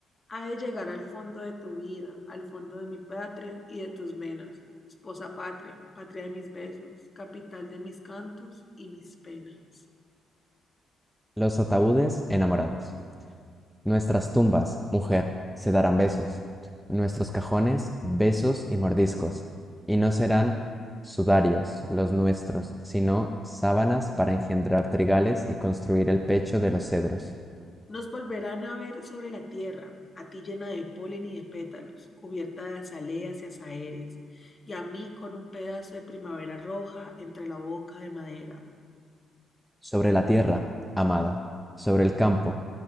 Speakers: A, on the left (about 30°); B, in the centre.
A: Ha de llegar al fondo de tu vida, al fondo de mi patria y de tus venas, esposa patria, patria de mis besos, capital de mis cantos y mis penas.
B: Los ataúdes enamorados. Nuestras tumbas, mujer, se darán besos. Nuestros cajones, besos y mordiscos. Y no serán sudarios los nuestros, sino sábanas para engendrar trigales y construir el pecho de los cedros.
A: Nos volverán a ver sobre la tierra, a ti llena de polen y de pétalos, cubierta de azaleas y azahares, y a mí con un pedazo de primavera roja entre la boca de madera.
B: sobre la tierra, amada, sobre el campo,